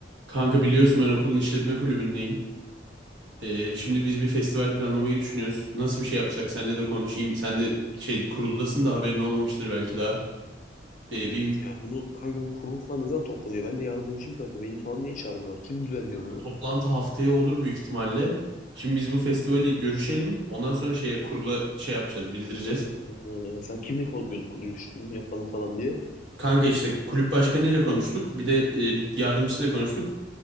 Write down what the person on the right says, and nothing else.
Kanka biliyorsun ben okulun işletme kulübündeyim. Ee, şimdi biz bir festival planlamayı düşünüyoruz. Nasıl bir şey yapsak senle de konuşayım. Sen de şey kuruldasın da haberin olmamıştır belki daha. Ee,
bir
toplantı haftaya olur büyük ihtimalle. Şimdi biz bu festivali görüşelim. Ondan sonra şeye kurula şey yapacağız, bildireceğiz.
Kanka işte kulüp başkanıyla konuştuk. Bir de e, bir yardımcısıyla konuştuk.